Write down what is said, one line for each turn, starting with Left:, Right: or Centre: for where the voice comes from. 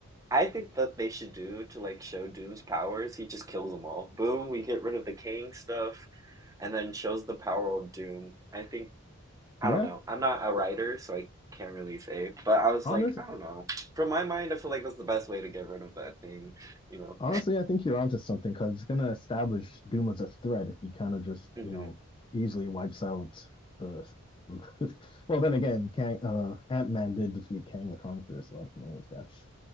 Right: I think that they should do to like show Doom's powers, he just kills them all. Boom, we get rid of the king stuff, and then shows the power of Doom. I think I
Left: Yeah,
Right: don't know. I'm not a writer, so I can't really say. But I was
Left: honest,
Right: like, I don't know. From my mind, I feel like that's the best way to get rid of that thing, you know.
Left: honestly, I think you're onto something because it's gonna establish Doom as a threat if he kind of just,
Right: hmm
Left: you know, easily wipes out the. <laughs> Well, then again, Kang, uh, Ant-Man did defeat Kang the Conqueror, so I don't know if that's